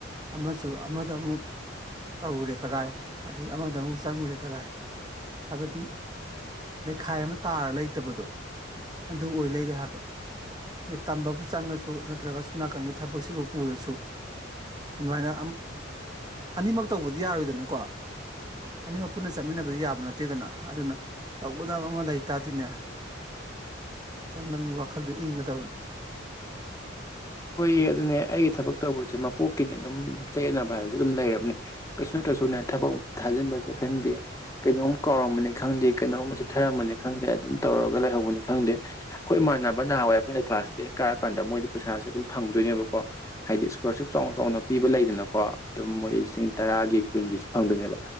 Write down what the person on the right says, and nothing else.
ꯑꯃꯖꯨ ꯑꯃꯗ ꯑꯃꯨꯛ ꯇꯧꯔꯨꯔꯦ ꯀꯔꯥꯏ ꯑꯗꯩ ꯑꯃꯗ ꯑꯃꯨꯛ ꯆꯪꯉꯨꯔꯦ ꯀꯔꯥꯏ ꯍꯥꯏꯕꯗꯤ ꯂꯩꯈꯥꯏ ꯑꯃ ꯇꯥꯔ ꯂꯩꯇꯕꯗꯣ ꯑꯗꯨ ꯑꯣꯏ ꯂꯩꯔꯦ ꯍꯥꯏꯕ ꯇꯝꯕꯕꯨ ꯆꯪꯉꯁꯨ ꯅꯠꯇ꯭ꯔꯒ ꯁꯣꯝ ꯅꯥꯀꯟꯒꯤ ꯊꯕꯛꯁꯤꯕꯨ ꯄꯨꯔꯁꯨ ꯑꯗꯨ ꯃꯥꯏꯅ ꯑꯅꯤꯃꯛ ꯇꯧꯕꯗꯤ ꯌꯥꯔꯣꯏꯗꯅꯀꯣ ꯑꯅꯤꯃꯛ ꯄꯨꯟꯅ ꯆꯠꯃꯤꯟꯅꯕꯗꯤ ꯌꯥꯕ ꯅꯠꯇꯦꯗꯅ ꯑꯗꯨꯅ ꯇꯧꯒꯗꯕ ꯑꯃ ꯂꯩꯇꯥꯗꯤꯅꯦ ꯈꯤꯇꯪ ꯅꯪꯒꯤ ꯋꯥꯈꯜꯗꯣ ꯏꯪꯒꯗꯕꯅꯤ